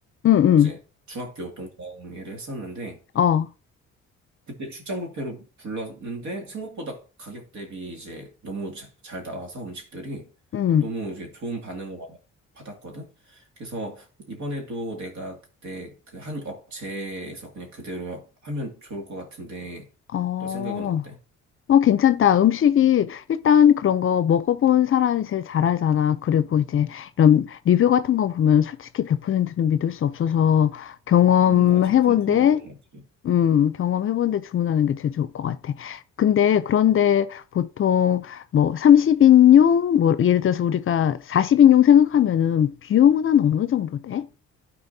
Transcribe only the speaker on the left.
음, 음,
어,
음,
어.
어, 괜찮다. 음식이 일단 그런 거 먹어본 사람이 제일 잘 알잖아. 그리고 이제 이런 리뷰 같은 거 보면 솔직히 100%는 믿을 수 없어서 경험해본데,
음, 경험해본데 주문하는 게 제일 좋을 것 같아. 근데 그런데 보통 뭐 30인용, 뭐 예를 들어서 우리가 40인용 생각하면은 비용은 한 어느 정도 돼?